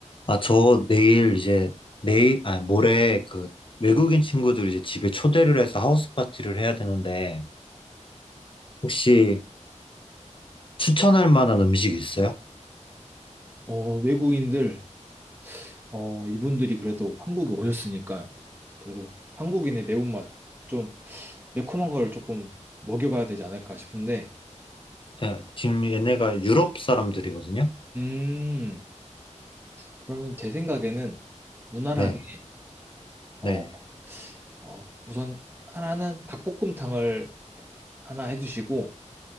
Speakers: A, on the left (about 45°); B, on the right (about 15°).
A: 아, 저 내일 이제, 내일, 아, 모레 그 외국인 친구들 이제 집에 초대를 해서 하우스 파티를 해야 되는데, 혹시 추천할 만한 음식 있어요?
B: 어, 외국인들, 어, 이분들이 그래도 한국에 오셨으니까, 그래도 한국인의 매운맛, 좀 매콤한 걸 조금 먹여봐야 되지 않을까 싶은데,
A: 네, 지금 얘네가 유럽 사람들이거든요?
B: 음, 그러면 제 생각에는 무난하게,
A: 네,
B: 어,
A: 네,
B: 어, 우선 하나는 닭볶음탕을 하나 해주시고,